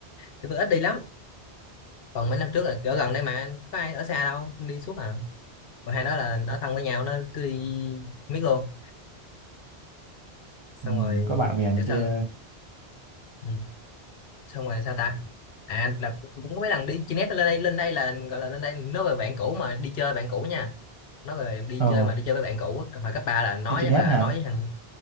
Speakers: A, on the left; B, on the right.
A: cái tôi ít đi lắm còn mấy năm trước là ở gần đây mà có ai ở xa đâu đi suốt à còn hai đó là nó thân với nhau nó cứ đi miết luôn xong
B: ừ,
A: rồi
B: có bạn bè này
A: kiểu sao
B: kia
A: ừ. xong rồi sao ta à là cũng có mấy lần đi chi nét lên đây lên đây là gọi là lên đây nói về bạn cũ mà đi chơi bạn cũ nha nói về đi
B: ờ
A: chơi mà đi chơi với bạn cũ hồi cấp ba là nói
B: đi trên
A: chắc
B: net
A: là
B: hả
A: nói với thằng